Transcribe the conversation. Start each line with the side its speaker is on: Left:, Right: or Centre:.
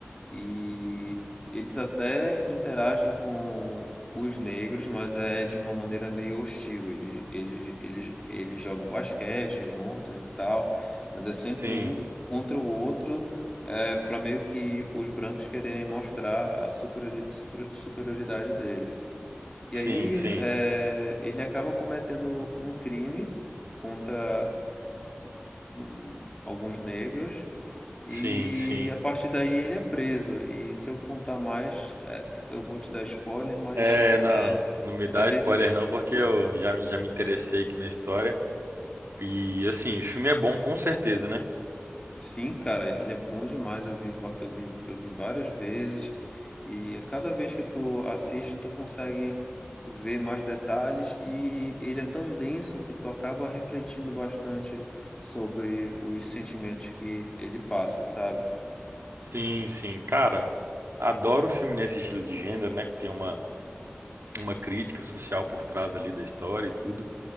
Left: e eles até interagem com os negros, mas é de uma maneira meio hostil. Eles, eles, eles, eles jogam basquete juntos e tal, mas é sempre
Right: sim,
Left: um contra o outro, é, para meio que os brancos quererem mostrar a superiori- super- superioridade deles. E
Right: sim,
Left: aí
Right: sim,
Left: é, ele acaba cometendo um crime contra hum, alguns negros e
Right: sim, sim.
Left: a partir daí ele é preso. E se eu contar mais, é, eu vou te dar spoiler, mas
Right: É, não,
Left: é,
Right: não me dá
Left: mas
Right: spoiler
Left: ele,
Right: não, porque eu já, me- já me interessei aqui na história. E, assim, o filme é bom com certeza, né?
Left: Sim, cara, ele é bom demais. Eu vi, va- eu vi, eu vi várias vezes e a cada vez que tu assiste, tu consegue ver mais detalhes e ele é tão denso que tu acaba refletindo bastante sobre os sentimentos que ele passa, sabe?
Right: Sim, sim. Cara, adoro filme nesse estilo de gênero, né? Que tem uma, uma crítica social por trás ali da história e tudo.